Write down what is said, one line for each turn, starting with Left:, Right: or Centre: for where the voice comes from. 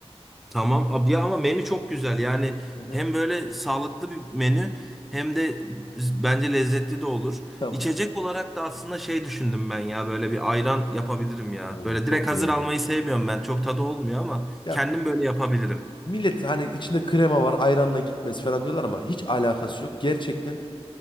Centre: Tamam abi ya ama menü çok güzel. Yani
Left: Hı hı.
Centre: hem böyle sağlıklı bir menü hem de bence lezzetli de olur.
Left: Ya,
Centre: İçecek olarak da aslında şey düşündüm ben ya böyle bir ayran yapabilirim ya.
Left: oo,
Centre: Böyle
Left: çok
Centre: direkt
Left: güzel
Centre: hazır
Left: olur.
Centre: almayı sevmiyorum ben. Çok tadı olmuyor ama
Left: Ya
Centre: kendim böyle yapabilirim.
Left: millet hani içinde krema var, ayranla gitmez falan diyorlar ama hiç alakası yok. Gerçekten